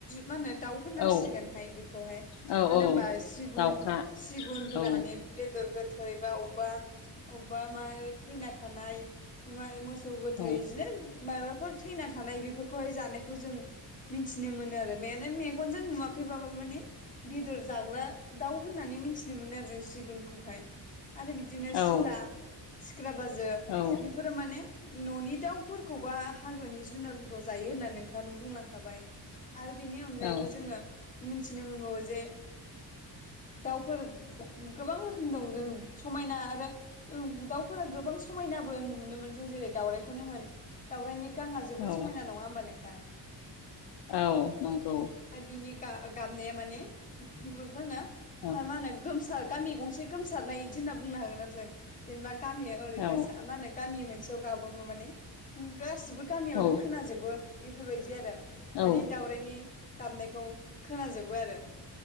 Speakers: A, on the left; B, on the left.
A: मा होनो दाउ होननांसिगोनहाय
B: औ
A: बे मानो
B: औ
A: होनबा
B: औ
A: सिगुन
B: दाउखा
A: सिगुनफोरा
B: औ
A: माने बेदर गोथै, बा अबेबा अबेबा मा थैना थानाय, मोसौ गोथै,
B: औ
A: बिदिनो माबाफोर थैना थानाय बेफोरखौहाय जानायखौ जों मिथिनो मोनो आरो बे मेगनजों नुवाखैबाबो माने बेदर जाग्रा दाउ होननानै मिथिनो मोनो आरो जों सिगुनखौहाय आरो बिदि बिदिनो
B: औ
A: सिला सिख्रा बाजो
B: औ
A: बेफोरो माने न'नि दाउ सोरखौबा हाग्रानि जुनारफोरखौ जायो होननानै नोंथाङनो बुंलांखाबाय। आरो बेनि अनगायैबो
B: औ
A: जोङो मिथिनो मोनबावो जे दाउफोर गोबां रोख दं जों समायना आरो दाउफोरा गोबां समायनाबो नुनो मोन जों जेरै दाावराइखौनो होन दाावरायनि गां जोबोद
B: औ
A: समायना नङा होमबा नोंथां।
B: औ नंगौ।
A: बिनि गाबनाया माने मा होनो
B: औ
A: गोमसार गामि गंसे गोमसारनाय बिदि होनना बुंनो हागोन आरो जों जेनेबा गामिया ओरैनो
B: औ
A: मा होनो गामि मोनसेयाव गाबोब माने गासिबो गामियावनो
B: औ
A: खोनाजोबो बेफोरबायदि आरो। माने
B: औ
A: दाउरायनि गाबनायखौ खोनाजोबो आरो।